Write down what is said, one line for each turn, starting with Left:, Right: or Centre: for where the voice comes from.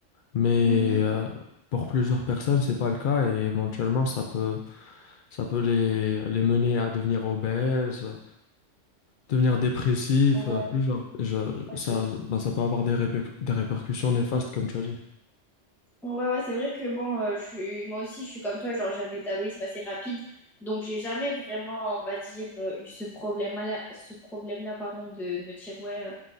Left: Mais
Centre: Mhm.
Left: euh, pour plusieurs personnes, c'est pas le cas et éventuellement, ça peut, ça peut les, les mener à devenir obèses, euh, devenir dépressifs,
Centre: Ouais,
Left: euh, plusieurs. Je,
Centre: ouais,
Left: ça,
Centre: c'est vrai.
Left: bah, ça peut avoir des, répercu- des répercussions néfastes, comme tu as dit.
Centre: ouais, ouais, c'est vrai que bon, euh, je suis moi aussi, je suis comme toi, genre j'ai un métabolisme assez rapide, donc j'ai jamais vraiment, on va dire, euh, eu ce problème-là, ce problème-là, pardon, de, de me dire ouais, euh,